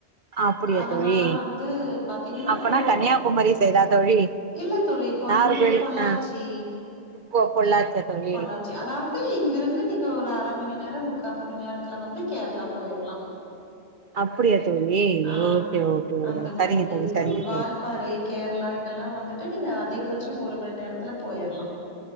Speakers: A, on the right; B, on the left.
A: அப்பிடியா
B: அதனால
A: தோழி
B: வந்து பாத்தீங்கன்னா
A: அப்பனா
B: கோ
A: கன்னியாகுமரி சைடா தோழி
B: இல்ல தோழி கோயம்புத்தூர்
A: நாகர்கோவில்
B: பொள்ளாச்சி
A: ஆ பொ பொள்ளாச்சியா தோழி
B: பொள்ளா ச்சி அதாவ்து இங்கிருந்து நீங்க ஒரு அர மணி நேரோ மு க்கா மணி நேரத்துல வந்து கேரளா போயரலா
A: அப்டியா தோழி
B: ஆ
A: ஓகே ஓகே
B: அந்த
A: சரிங்க
B: மாதிரி தோழி
A: சரிங்க
B: வால்பாறை கேரளா இதல்லா வந்துட்டு நீங்க அதிகபட்சோ ஒரு மணி நேரத்துல போயரலா